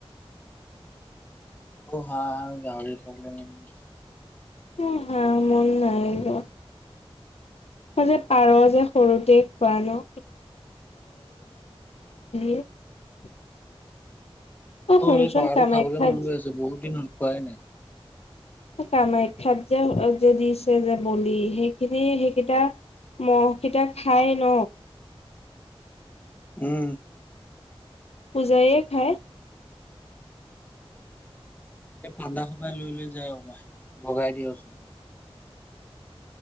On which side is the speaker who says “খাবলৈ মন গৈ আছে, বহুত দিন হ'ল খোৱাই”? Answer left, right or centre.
Left